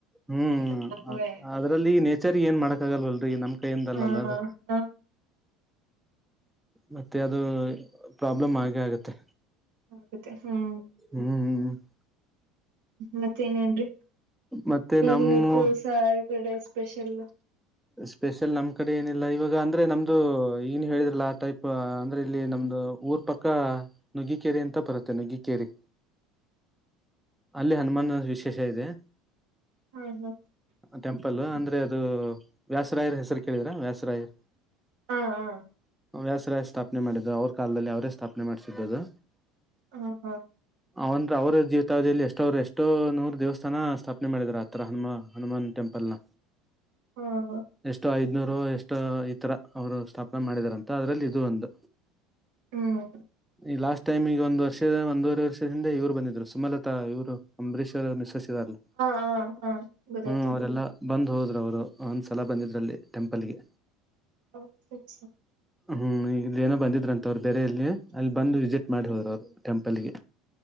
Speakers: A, in the centre; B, on the right.
A: ಹ್ಮ್
B: ಎಲ್ಲಾನುವೆ
A: ಅದ್ರಲ್ಲಿ ನೇಚರ್ ಏನ್ ಮಾಡಕ್ ಆಗಲ್ವಲ್ರಿ ನಮ್ ಕೈಯಿಂದ ಅಲ್ಲಲ್ಲ
B: ಹ
A: ಅದು.
B: ಹ
A: ಮತ್ತೆ ಅದು ಪ್ರಾಬ್ಲಮ್ ಆಗೆ ಆಗುತ್ತೆ.
B: ಆಗುತ್ತೆ ಹ್ಮ್.
A: ಹ್ಮ್ ಹ್ಮ್ ಹ್ಮ್.
B: ಮತ್ತೇನೇನ್ರಿ
A: ಮತ್ತೆ
B: ಏನ
A: ನಮ್ಮ
B: ಇವತ್ತು ಸ್ಯಾಟರ್ಡೆ ಸ್ಪೆಷಲ್ಲ್?
A: ಸ್ಪೆಷಲ್ ನಮ್ ಕಡೆ ಏನಿಲ್ಲ ಇವಾಗ ಅಂದ್ರೆ ನಮ್ದು ಏನ್ ಹೇಳಿದ್ರಲ್ಲ ಆ ಟೈಪ್ ಅಂದ್ರೆ ಇಲ್ಲಿ ನಮ್ದು ಊರ್ ಪಕ್ಕ ನುಗ್ಗಿಕೇರಿ ಅಂತ ಬರುತ್ತೆ ನುಗ್ಗಿಕೇರಿ. ಅಲ್ಲಿ ಹನುಮಾನ ವಿಶೇಷ ಇದೆ.
B: ಹ್ಮ ಹ್ಮ.
A: ಟೆಂಪಲ್ ಅಂದ್ರೆ ಅದು ವ್ಯಾಸರಾಯರ್ ಹೆಸರು ಕೇಳಿರಾ ವ್ಯಾಸರಾಯರ್?
B: ಹಾ ಹಾ
A: ವ್ಯಾಸರಾಯ ಸ್ಥಾಪನೆ ಮಾಡಿದ್ದ ಅವ್ರ ಕಾಲದಲ್ಲಿ ಅವರೇ ಸ್ಥಾಪನೆ ಮಾಡಿಸಿದ್ದದು.
B: ಹಾ ಹಾ.
A: ಅಂದ್ರ ಅವ್ರ ಜೀವಿತಾವಧಿಯಲ್ಲಿ ಎಷ್ಟೋ ಅವ್ರ ಎಷ್ಟೋ ನೂರು ದೇವಸ್ಥಾನ ಸ್ಥಾಪನೆ ಮಾಡಿದಾರ. ತ್ರ ಹನುಮಾ ಹನುಮಾನ್ ಟೆಂಪಲ್ನ.
B: ಹ ಹ.
A: ಎಷ್ಟು ಐದ್ನೂರು ಎಷ್ಟು ಈತರ ಅವರು ಸ್ಥಾಪನೆ ಮಾಡಿದಾರಂತ ಅದ್ರಲ್ಲಿ ಇದು ಒಂದು.
B: ಹ್ಮ್ ಹ
A: ಈ ಲಾಸ್ಟ್ ಟೈಮ್ ಈಗ ಒಂದ ವರ್ಷದ ಒಂದೂವರಿ ವರ್ಷದ ಹಿಂದೆ ಇವ್ರ ಬಂದಿದ್ರು ಸುಮಲತಾ ಇವರು ಅಂಬರೀಶ್ ಅವರ್ ಮಿಸಸ್ ಇದಾರಲ್ಲಾ.
B: ಹ ಹಾ ಗೊತ್ತಾಯ್ತು
A: ಹ್ಮ್ ಅವರೆಲ್ಲಾ ಬಂದ್ ಹೋದ್ರ ಅವರು ಒಂದ್ಸಲ ಬಂದಿದ್ರಲ್ಲಿ ಟೆಂಪಲ್ಗೆ.
B: <unintelligible>
A: ಹ್ಮ್ ಇಲ್ಲಿ ಏನೋ ಬಂದಿದ್ರಂತ ಅವ್ರ ಬೇರೆ ಇಲ್ಲಿ ಅಲ್ಲಿ ಬಂದು ವಿಸಿಟ್ ಮಾಡಿ ಹೋದ್ರ ಅವರು ಟೆಂಪಲ್ಗೆ.